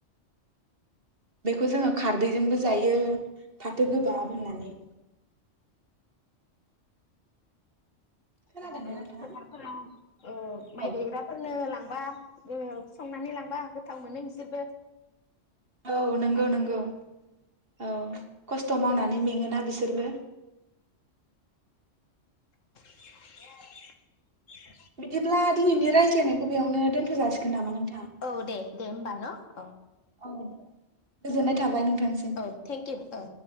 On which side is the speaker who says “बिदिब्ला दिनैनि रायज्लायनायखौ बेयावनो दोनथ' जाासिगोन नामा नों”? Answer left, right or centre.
Right